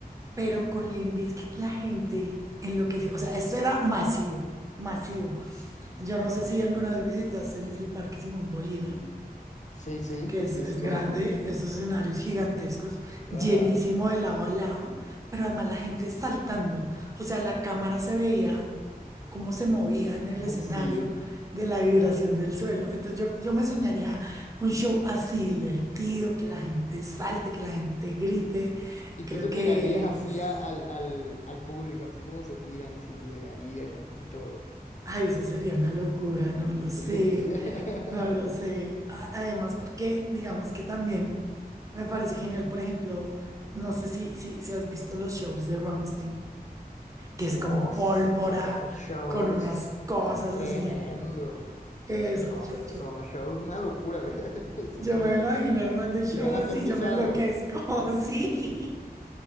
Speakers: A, on the right; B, on the left.
A: Pero con Limp Bizkit la gente enloqueció. O sea, esto era masivo, masivo.
B: Sí, uf,
A: Yo no
B: me
A: sé
B: imagino.
A: si alguna vez visitaste el, el Parque Simón Bolívar
B: Sí, sí,
A: que es,
B: sí,
A: es
B: sí conozco.
A: grande, esos escenarios gigantescos,
B: Ajá,
A: llenísimo de lado a lado, pero además la gente saltando. O sea, la cámara se veía cómo se movía en el
B: como
A: escenario
B: si...
A: de la vibración del suelo. Entonces yo, yo me soñaría un show así divertido, que la gente salte, que la gente grite.
B: Y
A: Creo
B: tú te
A: que...
B: tirarías así
A: uf,
B: a- al, al, al público, así como se tiran, así te tirarías y, y todo.
A: Ay, eso sería una locura, no lo sé,
B: <laughs>
A: no lo sé. A- Además, porque digamos que también me parece genial, por ejemplo, no sé si, si, si has visto los shows de Ramstein, que es
B: Uf,
A: con pólvora,
B: o sea, unos shows
A: con unas cosas
B: tremendo.
A: así. Eso,
B: No,
A: yo,
B: estos
A: yo,
B: son unos shows, una locura, <laughs> ¿verdad? son
A: yo me
B: bien-
A: imagino armando un show
B: llegan a
A: así,
B: ser bizarros.
A: yo me enloquezco, <laughs> sí.